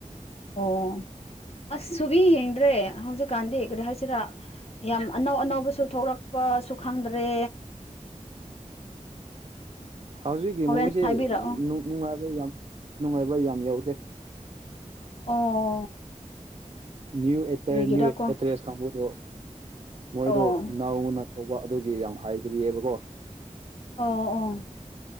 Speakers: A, on the left; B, on the right.
A: ꯑꯣ ꯑꯁ ꯁꯨꯕꯤ ꯌꯦꯡꯗ꯭ꯔꯦ ꯍꯧꯖꯤꯛꯀꯥꯟꯗꯤ ꯀꯔꯤ ꯍꯥꯏꯁꯤꯔꯥ ꯌꯥꯝ ꯑꯅꯧ ꯑꯅꯧꯕꯁꯨ ꯊꯣꯛꯔꯛꯄꯁꯨ ꯈꯪꯗ꯭ꯔꯦ
B: ꯍꯧꯖꯤꯛꯀꯤ
A: ꯍꯣꯔꯦꯟ
B: ꯃꯨꯕꯤꯁꯤ
A: ꯍꯥꯏꯕꯤꯔꯛꯑꯣ
B: ꯅꯨꯡ ꯅꯨꯉꯥꯏꯕ ꯌꯥꯝ ꯅꯨꯉꯥꯏꯕ ꯌꯥꯝ ꯌꯧꯗꯦ
A: ꯑꯣ
B: ꯅꯌ꯭ꯨ ꯑꯦꯇꯔ
A: ꯀꯔꯤꯒꯤꯔꯀꯣ
B: ꯅꯌ꯭ꯨ ꯑꯦꯇꯔꯦꯁ ꯀꯥꯡꯕꯨꯗꯣ ꯃꯣꯏꯗꯣ
A: ꯑꯣ
B: ꯅꯧꯅ ꯍꯧꯕ ꯑꯗꯨꯒꯤ ꯌꯥꯝ ꯍꯥꯏꯗ꯭ꯔꯤꯑꯕꯀꯣ
A: ꯑꯣ ꯑꯣ